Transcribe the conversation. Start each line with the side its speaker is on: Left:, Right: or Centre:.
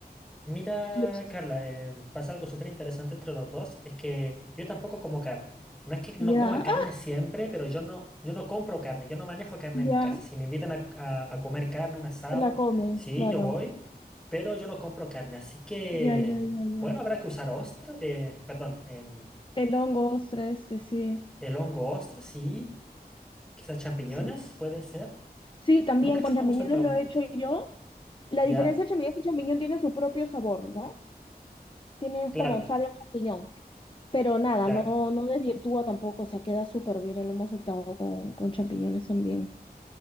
Centre: Mira,
Left: Y
Centre: Carla, eh, pasa algo súper interesante entre los dos, es que yo tampoco como carne. No es que no
Left: ya,
Centre: coma carne
Left: <laughs> ¡ah!
Centre: siempre, pero yo no, yo no compro carne, yo no manejo carne
Left: ya,
Centre: en mi casa. Si me invitan a, a- a comer carne, un asado,
Left: te la comes,
Centre: sí,
Left: claro.
Centre: yo voy, pero yo no compro carne. Así que,
Left: Ya, ya, ya, ya.
Centre: bueno, habrá que usar ostra, eh, perdón, em,
Left: El hongo, ostra, este, sí,
Centre: el hongo ostra, sí, quizás champiñones,
Left: sí.
Centre: puede ser.
Left: Sí, también
Centre: Nunca he hecho
Left: con
Centre: un
Left: champiñones
Centre: lomo saltado,
Left: lo he hecho yo. La
Centre: ¿ya?
Left: diferencia del champiñón es que el champiñón tiene su propio sabor, ¿no? Tiene
Centre: Claro,
Left: como sabe a champiñón. Pero nada,
Centre: claro.
Left: no, no desvirtúa tampoco, o sea, queda súper bien lo hemos saltado con, con champiñones también.